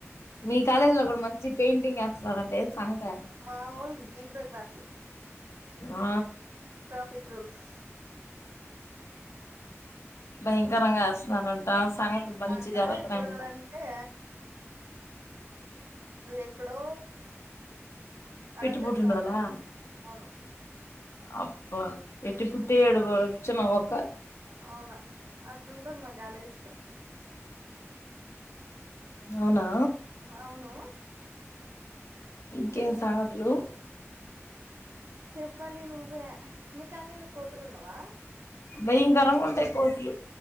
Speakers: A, on the left (about 70°); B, on the right (about 85°).
A: మీ కాలేజ్ లో కూడా మంచి పెయింటింగ్ ఏస్తన్నారంట ఏందీ సంగతీ
B: మా వాళ్ళది జీబ్రా క్రాసింగ్
A: ఆ
B: ట్రాఫిక్ రూల్స్
A: భయంకరంగాస్ స్తన్నారంట సంగతులు మంచి
B: ఆ కాలేజ్
A: జరుగుతన్నాయంట
B: చూడాలంటే
A: <inaudible>
B: నువ్వు ఎక్కడో అడక్కచ్చుకోండాలి
A: పెట్టి పుట్టినోళ్ళా
B: అవును
A: అబ్బా పెట్టిపుట్టి
B: ఉమ్
A: ఎడవ చ్చమవక
B: అవునా అ అట్లుంటది మా కాలేజ్ తో
A: అవునా
B: అవును
A: ఇంకేం సంగతులు
B: చెప్పాలి నువ్ వ్వే మీ కాలేజ్ లో కోతులు ఉండవా
A: భయంకరంగా ఉంటాయి కోతులు